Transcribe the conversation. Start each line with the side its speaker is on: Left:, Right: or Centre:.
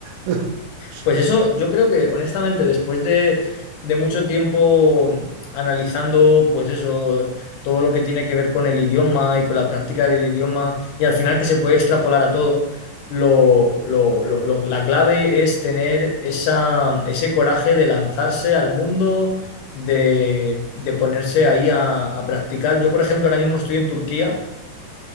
Right: <laughs> O sea,
Left: Pues eso, yo creo que honestamente, después de, de mucho tiempo analizando, pues eso, todo lo que tiene que ver con el idioma y con la práctica del idioma, y al final que se puede extrapolar a todo, lo, lo- lo- lo- la clave es tener esa, ese coraje de lanzarse al mundo, de, de ponerse ahí a, a practicar. Yo, por ejemplo, ahora mismo estoy en Turquía